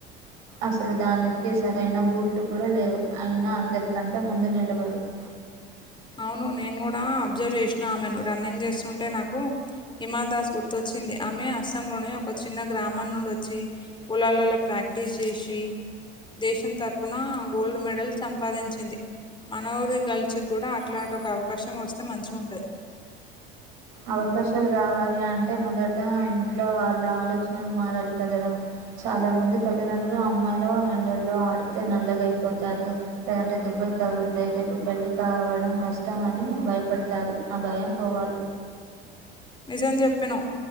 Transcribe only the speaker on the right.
అసలు దానికి సరైన బూట్లు కూడా లేవు అయినా అందరికంటే ముందు నిలబడింది.
అవకాశాలు రావాలి అంటే మొదట ఇంట్లో వాళ్ళ ఆలోచనలు మారాలి కదరా చాలా మంది తల్లిదండ్రులు అమ్మాయిలు ఎండల్లో ఆడితే నల్లగాయిపోతారు లేదంటే దిబ్ బ్బల్ తగులుతాయి రేపు పెళ్ళి కావడం కష్టం అని భయపడతారు ఆ భయం పోవాలి